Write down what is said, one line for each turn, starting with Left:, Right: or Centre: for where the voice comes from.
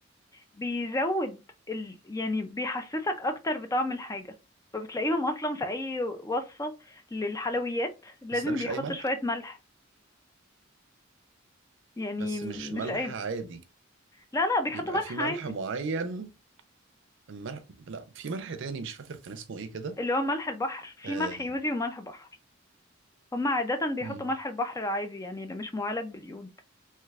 Left: بيزود ال... يعني بيحسسك اكتر بطعم الحاجة فبتلاقيهم اصلا في اي وصفة للحلويات لازم
Right: بس ده مش
Left: بيحطوا
Right: اي ملح
Left: شوية ملح يعني
Right: بس
Left: مش
Right: مش ملح
Left: اي
Right: عادي
Left: لا لا بيحطوا
Right: بيبقى
Left: ملح
Right: في ملح
Left: عادي
Right: معين الملح لا في ملح تاني مش فاكر كان اسمه ايه كده
Left: اللي هو ملح البحر في
Right: آه،
Left: ملح يوزي وملح بحر هما عادة بيحطوا
Right: مم.
Left: ملح البحر العادي يعني اللي مش معالج باليود